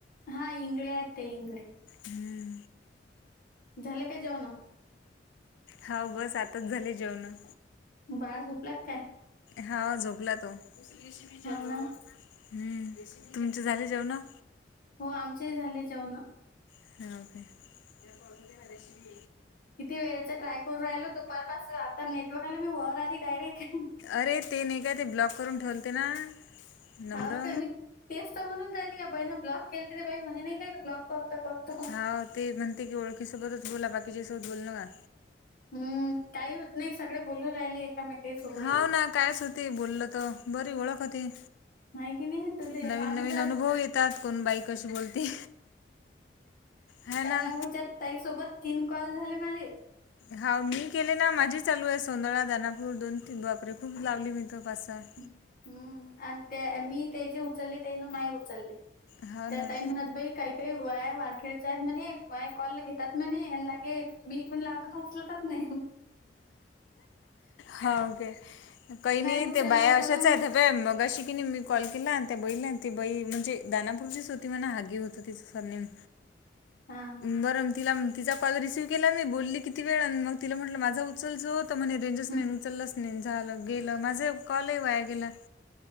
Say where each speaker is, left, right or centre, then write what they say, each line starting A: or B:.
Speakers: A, on the left; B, on the left.
A: हा. इंगळे आहेत ते इंगळे.
B: हम्म..
A: झाले का जेवण
B: हाव बस, आत्ताच झाले जेवण.
A: बाळ झोपला का? काय?
B: हा. झोपला तो हम्म.
A: हो ना
B: तुमचे झाले जेवणं.
A: हो. आमचे ही झाले जेवणं.
B: हमं. हमं.
A: किती वेळचा ट्राय करून राहिलो. दुपारपासन आता नेटवर्क आला मी वर आली डायरेक्ट.
B: अरे! ते नाही का? ते ब्लॉक करून ठेवले ते ना. नम्र
A: हाव काय? मी तेच तर म्हणून राहिली. या बाई न ब्लॉक केलं तरी, ही बाई म्हणे नाही काय? ब्लॉक करतो, करतो..
B: हा ते म्हणते की, ओळखीच्या सोबतच बोला, बाकीच्या सोबत बोलू नका.
A: हम्म. काही होत नाही. सगळे बोलू राहिले. <unintelligible>
B: हाव ना काय? सुती बोललं तर, बरी ओळख होती.
A: आहे की नाही तर ते
B: नवीन
A: आम्ही
B: नवीन
A: तर
B: अनुभव येतात, कोण बाई कशी बोलते. हाय ना
A: तानापूरच्या, ताईसोबत तीन कॉल झाले माले.
B: हा. मी केले ना माझी चालू आहे. सोंदळा, दानापूर दोन तीन बापरे! खूप लावली मी तो पासा <unintelligible>
A: हुंम अन त्या मी त्याचे उचलले त्यानं माझे उचलले.
B: हाव
A: त्या
B: ना.
A: ताई. म्हणत बाई काही. हे वाया वारखेडच्या हायेत म्हणे, माये कॉल घेतात म्हणे, पण लागे मी इथून लावते तर उचलतच नाही.
B: हावू काय? काही नाही
A: उचलले
B: ते बाया अशाच
A: तर मग
B: आहेत. मगाशी की नाही मी कॉल केला अन, त्या बाईला अंती बाई म्हणजे, दानापुरचीच होती नाही का हा दे होती. तर, तिचं सरनेम.
A: हा हा
B: बरं तिला तिचा कॉल रिसीव्ह केला. मी बोलली किती वेळ आणि मग तिला म्हटलं माझं. चलच होत म्हणे रेंजस
A: हं
B: नाहीे, उचललंच नाही झालं गेलं माझं कॉल ही वाया गेला.